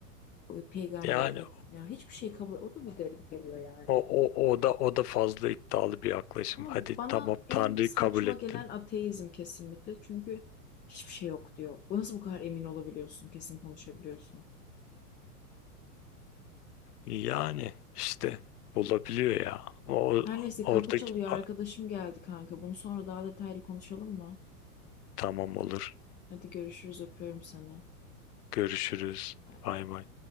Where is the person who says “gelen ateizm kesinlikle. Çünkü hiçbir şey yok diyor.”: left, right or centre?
Left